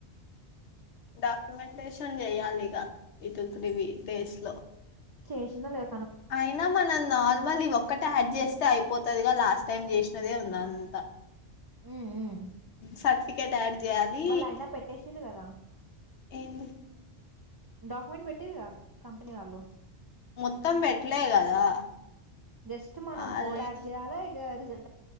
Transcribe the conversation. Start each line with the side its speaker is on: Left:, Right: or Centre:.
Left: డాక్యుమెంటేషన్ చెయాలి ఇక ఇతేప్పుడవి బేస్లో
Right: శేషందలే
Left: అయినా మనం నార్మల్ ఒక్కట యాడ్ చేస్తే అయిపోత దిగా లాస్ట్ టైం చేసినదే ఉంది అంత
Right: ఉమ్ ఉమ్
Left: సత్ తయరు చేయాలి
Right: వాళ్ళు అయినా పెట్టేసిర్రు కదా
Left: ఏంటి
Right: డాక్యుమెంట్ పెట్టరు గా కంపెనీ వాళ్ళు
Left: మొత్తం పెట్లే కదా
Right: జస్ట్ మనం
Left: ఆ
Right: కోడ్
Left: లేదు
Right: ఆయాడ్ చేయాలా ఇక రిజల్